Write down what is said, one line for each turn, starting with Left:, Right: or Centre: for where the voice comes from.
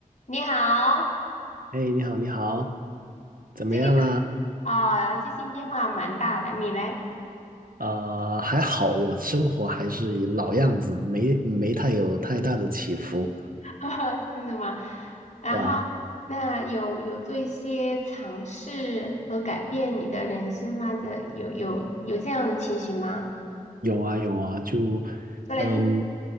Left: 你好，
Right: 哎，你好，你好，怎么样啦？
Left: 这个是啊，最近变化蛮大的，你嘞？
Right: 呃，还好，我生活还是以老样子，没没太有太大的起伏，
Left: <laughs> 真的吗？然后，
Right: 是啊，
Left: 那有有做一些尝试和改变你的人生吗？这有有有这样的情形吗？
Right: 有啊有啊，就，
Left: 说来听。
Right: 嗯，